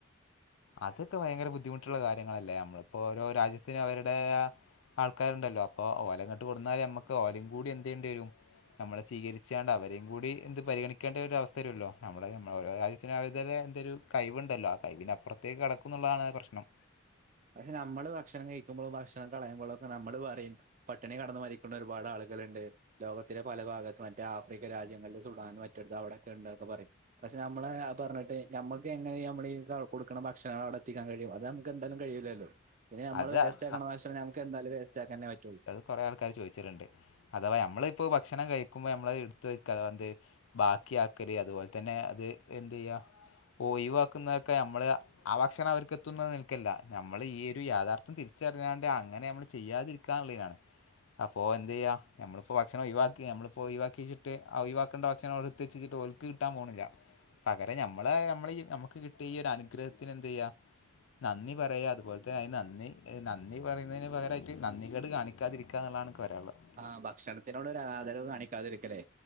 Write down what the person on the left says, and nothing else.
അതൊക്കെ ഭയങ്കര ബുദ്ധിമുട്ടുള്ള കാര്യങ്ങളല്ലേ അമ്മളിപ്പോ ഓരോ രാജ്യത്തിനും അവരുടെതായ ആൾക്കാരുണ്ടല്ലോ അപ്പോ ഓല ഇങ്ങട്ട് കൊടുന്നാല് നമുക്ക് ഓലേം കൂടി എന്തെയ്യണ്ടേരും നമ്മൾ സ്വീകരിച്ചാണ്ട് അവരെയും കൂടി എന്ത് പരിഗണിക്കേണ്ട ഒരവസ്ഥ വരോല്ലോ നമ്മള നമ്മൾ ഓരോ രാജ്യത്ത് ച്ച് രാവിൽ തന്നെ എന്തൊരു കയിവുണ്ടല്ലോ ആ കവിന്പ്പുറത്തേക്ക് കടക്കുന്നുള്ളതാണ് പ്രശ്നം
അത്
അ-
കൊറെ ആൾക്കാര് ചോദിച്ചിട്ടുണ്ട് അഥവാ നമ്മളിപ്പോ ഭക്ഷണം കഴിക്കുമ്പോ നമ്മള് അത് എടുത്ത് വെക്കാന്ത്‌ ബാക്കി ആക്കല് അതുപോലെ തന്നെ അത് എന്തെയ്യാ ഒയിവാക്കുന്നതൊക്കെ നമ്മള് ആഹ് ഭക്ഷണം അവർക്ക് എത്തുന്നത് നിൽക്കില്ല നമ്മള് ഈ ഒരു യാഥാർത്ഥം തിരിച്ചറിഞ്ഞാണ്ട് അങ്ങനെ നമ്മള് ചെയ്യാതിരിക്കാനുള്ളീനാണ് അപ്പോ എന്തെയ്യ നമ്മളിപ്പോ ഭക്ഷണം ഒഴിവാക്കി നമ്മളിപ്പോ ഒഴവാക്കിച്ചിട്ട് ആ ഒഴിവാക്കേണ്ട ഭക്ഷണം അവിടുത്തിച്ചിച്ചിട്ട് ഓ ൽക്ക് കിട്ടാൻ പോണില്ല പകരം ഞമ്മള് ഞമ്മളെ ഈ നമുക്ക് കിട്ടിയ ഈ ഒരു അനുഗ്രഹത്തിന് എന്തെയ്യാ നന്ദി പറയാ അതുപോലെ ത്തെ അത് നന്ദി നന്ദി പറയുന്നതിന് പകരായിട്ട് നന്ദികേട് കാണിക്കാതിരിക്കാ എന്നുള്ളതാണ് എനിക്ക് പറയാള്ളത്